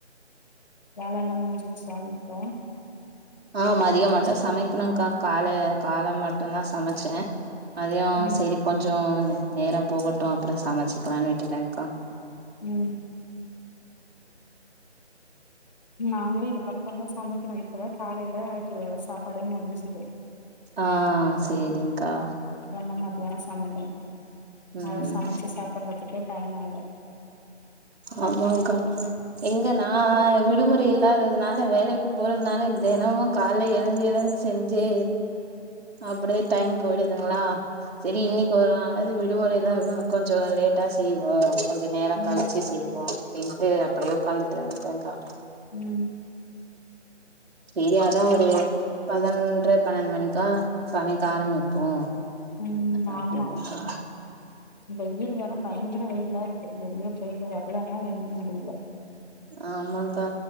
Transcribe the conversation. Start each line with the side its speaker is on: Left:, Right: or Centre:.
Left: வேலலா முடிஞ்சிருச்சா வீட்ல
Right: ஆ மதிய மட்டு சமைக்கணுக்கா கால கால மட்டுந்தா சமைச்சே அதையு
Left: ம்
Right: சேரி கொஞ்சோ நேரம் போகட்டும் அப்றோ சமைச்சுக்கலான்னு விட்டுட்டேங்க்கா
Left: உம் நாங்களும் இதுக்கப்றோ தா சமைக்கணு இப்ப தா காலைல சாப்பாடே முடிஞ்சது
Right: ஆ சேரிங்க்கா
Left: என்ன மத்யானம் சமைக்கணு
Right: ம்
Left: அது சமைச்சு சாப்பட்றதுக்கே டைம் ஆயிடும் ம்
Right: ஆமாங்க்கா எங்க நா விடுமுறை இல்லாததுனால வேலைக்கு போறதுனால தெனமு கால்ல எழுந்து எழுந்து செஞ்சு அப்படியே டைம் போயிடுதுங்ளா சேரி இன்னைக்கு
Left: ம்
Right: ஒருநாளாது விடுமுறைல இருக்கோ கொஞ்சோ லேட்டா செய்வோ கொஞ்சோ நேரம்
Left: ம்
Right: கழிச் சி செய்வோ அப்டின்ட்டு அப்படியே உக்காந்துட்டு இருந்துட்டேங்க்கா
Left: உம்
Right: சேரி அத்தா அது பதனொன்ரை பன்னெண்டு மணிக்கா சமைக்க ஆரம்பிப்போ
Left: உம்
Right: அப்டின்னு
Left: ஆமா வெயில் வேற பயங்கர வெயில இருக்கு வெளிய போயிட்டு வரலான்னா ஒன்னும் முடில
Right: ஆமாங்க்கா